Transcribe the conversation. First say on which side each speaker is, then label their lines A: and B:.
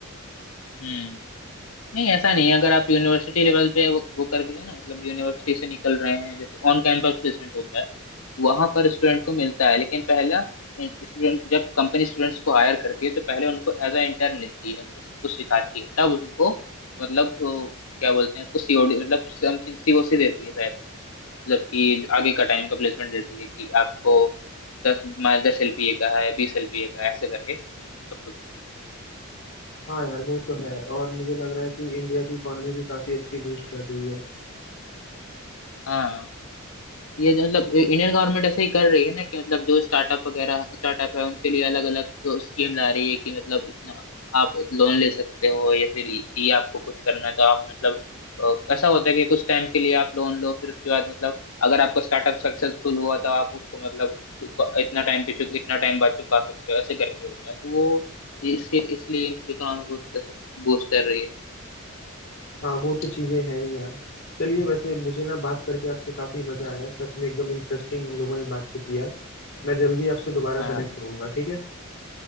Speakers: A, on the left (about 70°); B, on the left (about 55°).
A: हम्म नहीं ऐसा नहीं है अगर आप यूनिवर्सिटी लेवल पे वो, वो करके दे ना मतलब यूनिवर्सिटी से निकल रहे हैं जैसे ऑन कैंपस प्लेसमेंट होता है वहां पर स्टूडेंट को मिलता है लेकिन पहला स्टूडेंट जब कंपनी स्टूडेंट्स को हायर करती है तो पहले उनको एज अ इंटर्न लेती है उनको सब कुछ सिखाती है तब उनको मतलब अ, क्या बोलते हैं उसको सीओडी मतलब समथिंग सीओसी देती है मतलब कि आगे का टाइम का प्लेसमेंट देती है कि आपको दस माइल दस एलपीए का है बीस एलपीए का है, ऐसे करके सबको देती है
B: हाँ यार वो तो है और मुझे लग रहा है कि इंडिया की इकोनॉमी भी काफी अच्छी बूस्ट कर रही है
A: हाँ ये जो मतलब इंडियन गवर्नमेंट ऐसे ही कर रही है ना कि मतलब जो स्टार्टअप वगैरह स्टार्टअप है उनके लिए अलग अलग स्कीम ला रही है कि मतलब इतना आप लोन ले सकते हो या फिर ये आपको कुछ करना है तो आप मतलब अ, ऐसा होता है कि कुछ टाइम के लिए आप लोन लो फिर उसके बाद मतलब अगर आपका स्टार्टअप सक्सेसफुल हुआ तो आप उसको मतलब इतना टाइम पे चुक इतना टाइम बाद चुका सकते हो ऐसे करके होता है तो वो इसके इसलिए इकोनॉमी बूस्ट कर सकती बूस्ट कर रही है
B: हाँ वो तो चीजें हैं ही यार चलिए वैसे मुझे ना बात करके आपसे काफी मजा आया सच में एकदम इंटरेस्टिंग हम लोगों ने बातचीत किया मैं जल्दी आपसे दोबारा
A: हाँ
B: कनेक्ट
A: भाई
B: होऊंगा ठीक है